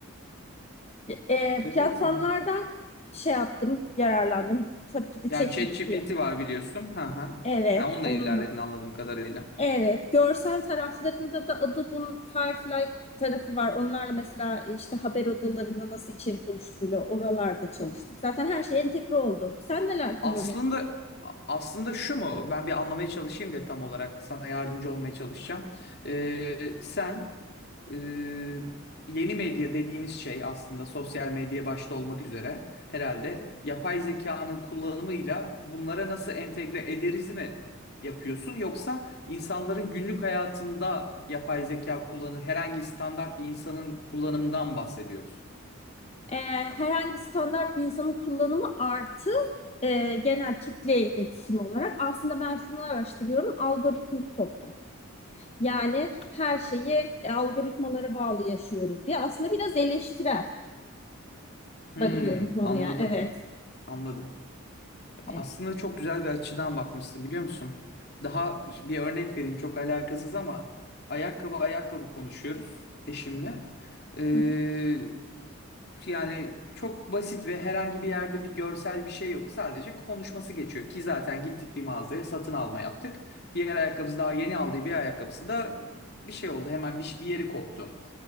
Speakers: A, on the left; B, on the left.
A: e,
B: evet
A: platformlardan
B: evet dinliyorum.
A: şey yaptım, yararlandım. Tabii ki de
B: Yani
A: ChatGPT'ye.
B: ChatGPT var biliyorsun. Ha ha.
A: Evet,
B: Yani onunla
A: onlar.
B: ilerledin anladığım kadarıyla.
A: Evet, görsel taraflarında da Adobe'un Firefly tarafı var. Onlarla mesela işte haber odalarında nasıl içerik oluşturuluyor, oralarda çalıştık. Zaten her şey entegre oldu. Sen neler kullanıyorsun?
B: Aslında aslında şu mu? Ben bir anlamaya çalışayım diye tam olarak sana yardımcı olmaya çalışacağım. Ee, sen e, yeni medya dediğimiz şey aslında sosyal medya başta olmak üzere herhalde yapay zekanın kullanımıyla bunlara nasıl entegre ederiz mi yapıyorsun? Yoksa insanların günlük hayatında yapay zeka kullanı herhangi standart bir insanın kullanımından bahsediyoruz.
A: Ee, herhangi standart bir insanın kullanımı artı e, genel kitle iletişimi olarak aslında ben şunu araştırıyorum, algoritmik toplum. Yani her şeyi e, algoritmalara bağlı yaşıyoruz diye aslında biraz eleştirel
B: Hmm,
A: bakıyorum konuya.
B: anladım,
A: Evet.
B: anladım.
A: Evet.
B: Aslında çok güzel bir açıdan bakmışsın biliyor musun? Daha bir örnek vereyim çok alakasız ama ayakkabı ayakkabı konuşuyoruz eşimle. Ee,
A: Hı hı.
B: yani çok basit ve herhangi bir yerde bir görsel bir şey yok. Sadece konuşması geçiyor ki zaten gittik bir mağazaya satın alma yaptık. Diğer ayakkabısı daha yeni aldığı bir ayakkabısı da bir şey oldu hemen bir, bir yeri koptu.